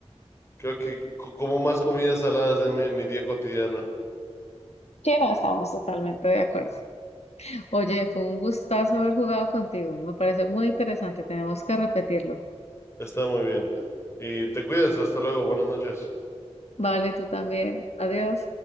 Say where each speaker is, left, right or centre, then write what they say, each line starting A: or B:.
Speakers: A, on the left; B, on the left.
A: creo que co- como más comidas saladas en mi en mi día cotidiano.
B: Sí, no, estamos totalmente de acuerdo. Oye, fue un gustazo haber jugado contigo. Me parece muy interesante. Tenemos que repetirlo.
A: Está muy bien. Y te cuidas, hasta luego, buenas noches.
B: Vale, tú también. Adiós.